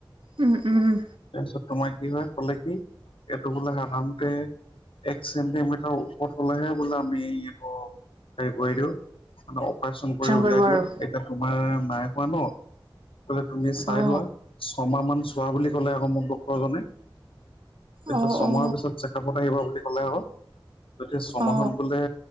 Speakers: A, on the right; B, on the left.
A: উম, উম।
B: তাৰপিছত তোমাৰ কি হয় কলে কি এইটো বোলে সাধাৰণতে একচেণ্টেমিটাৰ বোলে আমি এইটো হেৰি কৰি দিও মানে, অপাৰেচন কৰি উলিয়াই
A: কৰিব
B: দিও,
A: আৰু
B: এতিয়া তোমাৰ নাই হোৱা ন কলে তুমি চাই
A: অ
B: লোৱা ছমাহ মান, চোৱা বুলি ক'লে আক মোক ডক্তৰজনে, এ
A: অ
B: ছমাহৰ
A: অ
B: পিছত খাব আহিবা বুলি ক'লে আৰু যতিয়া ছমাহত
A: অ
B: বোলে